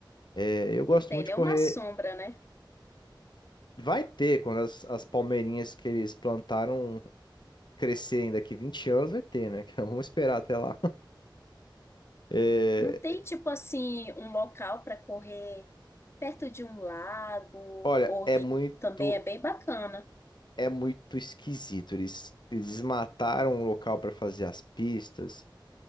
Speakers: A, on the left; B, on the left.
A: É, eu gosto
B: Não tem
A: muito de
B: nenhuma
A: correr.
B: sombra, né?
A: Vai ter, quando as, as palmeirinhas que eles plantaram crescerem daqui 20 anos, vai ter, né? <laughs> Vamos esperar até lá. É,
B: Não tem, tipo assim, um local para correr perto de um lago
A: olha,
B: ou
A: é
B: rio.
A: muito,
B: Também é bem bacana.
A: é muito esquisito. Eles, eles mataram o local para fazer as pistas.